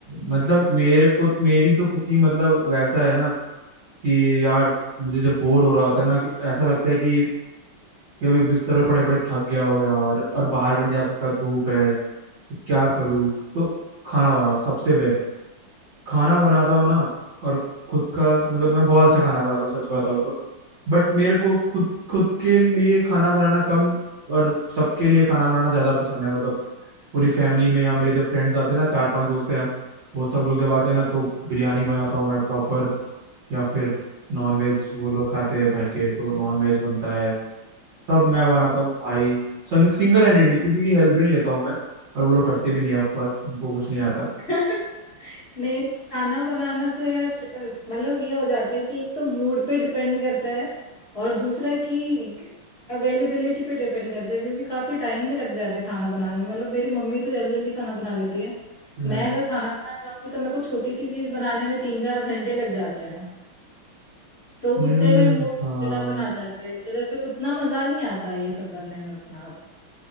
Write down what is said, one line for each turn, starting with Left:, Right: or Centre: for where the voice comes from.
Right: मतलब मेरे को मेरी तो कुकिंग मतलब वैसा है ना कि यार मुझे जब बोर हो रहा होता है ना कि ऐसा लगता है कि कि अभी बिस्तर पे पड़े पड़े थक गया हो यार और बाहर भी नहीं जा सकता धूप है तो क्या करूँ तो खाना बनाओ सबसे बेस्ट खाना बनाता हूँ ना और खुद का मतलब मैं बहुत अच्छा खाना बनाता हूँ सच बताऊँ तो बट मेरे को खुद खुद के लिए खाना बनाना कम और सबके लिए खाना बनाना ज्यादा पसंद है मतलब पूरी फैमिली में या मेरे जब फ्रेंड्स आते हैं ना चार पांच दोस्त हैं हम वो सब लोग जब आते हैं ना तो बिरयानी बनाता हूँ मैं प्रॉपर या फिर नॉन वेज वो लोग खाते हैं भर के तो नॉन वेज बनता है सब मैं बनाता हूँ भाई संग, सिंगल हैंडेडली किसी की हेल्प भी नहीं लेता हूँ मैं और वो लोग करते भी नहीं है ऑफ कोर्स उनको कुछ नहीं आता
Left: <laughs> नहीं खाना बनाना तो यार अ, मतलब ये हो जाता है कि एक तो मूड पे डिपेंड करता है और दूसरा कि अवेलेबिलिटी पे डिपेंड करता है क्योंकि काफी टाइम भी लग जाता है खाना बनाने में मतलब मेरी मम्मी तो जल्दी जल्दी खाना बना लेती है
Right: बट
Left: मैं अगर खाना बनाने जाऊंगी तो मेरे को छोटी सी चीज बनाने में तीन चार घंटे लग जाते हैं तो
Right: हम्म
Left: उतने में मूड
Right: हाँ
Left: चिड़ापन आ जाता है इसलिए फिर उतना मजा नहीं आता ये सब करने में अपना आप